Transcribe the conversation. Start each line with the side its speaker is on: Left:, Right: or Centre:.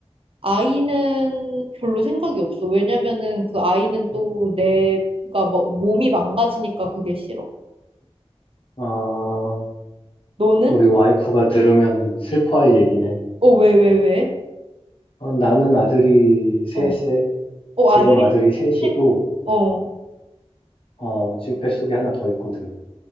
Right: 아이는 별로 생각이 없어. 왜냐면은 그 아이는 또
Left: 음.
Right: 내가 뭐 몸이 망가지니까 그게 싫어.
Left: 아,
Right: 너는?
Left: 우리 와이프가 들으면은 슬퍼할 얘기네.
Right: 어, 왜, 왜, 왜?
Left: 아, 나는 아들이 셋에,
Right: 어, 어,
Left: 지금
Right: 아들이
Left: 아들이 셋이고,
Right: 세 명? 어.
Left: 어, 지금 뱃속에 하나 더 있거든.